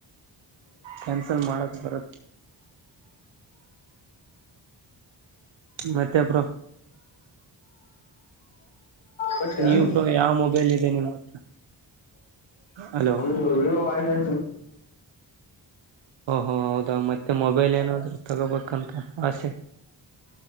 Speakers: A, on the right; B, on the left.
A: ಕ್ಯಾನ್ಸಲ್ ಮಾಡಕ್. ಬರತ್. ಮತ್ತೆ ಬ್ರೋ.
B: ಕೊಟ್ಯಾನ್
A: ನೀವ್ ಬ್ರೋ ಯಾವ ಮೊಬೈಲ್ ಇದೆ ನಿಮ್ಮ ಹತ್ರ. ಹಲೋ
B: ನಮ್ದು ವಿವೊ ವೈ. <inaudible>
A: ಓಹೋ ಹೌದಾ ಮತ್ತೆ ಮೊಬ. ಮೊಬೈಲ್ ಏನಾದ್ರರು ತಗೋಬೇಕಂತ ಆಸೆ.